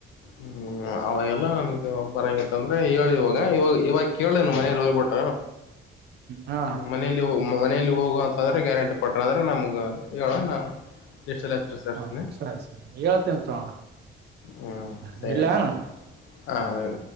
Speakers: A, on the left; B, on the right.
A: ಹ್ಮ್ ಅವಾಗೆಲ್ಲ ನನ್ಗೆ ಬರಂಗತ್ತ ಅಂದ್ರೆ ಹೇಳಿ ಇವಾಗ ಇವಾಗ ಇವಾಗ ಕೇಳೆನು ಮನೇಲಿ ಹೋಗ್ಬಿಟ್ಟ.
B: ಹಾ
A: ಹ್ಮ ಮನೇಲಿ ಮನಲಿ ಹೋಗುವ ಅಂತಂದ್ರೆ ಗ್ಯಾರಂಟಿ ಕೊಟ್ರ ಅಂದ್ರೆ ನಮ್ಗ ಹೇಳ ನಾನು. ಲಿಸ್ಟಲ್ಲಿ ಹೆಸರು ಸೇರಿಸ್ತೀನಿ
B: ಹಾ ಸರಿ ಸರಿ ಹೇಳ್ತ್ತಂತು ಅಣ.
A: ಹ್ಮ್
B: ಹ
A: ಸರಿಯಪ್ಪ
B: ಎಲ್ಲ
A: ಹಾ ಹೇಳ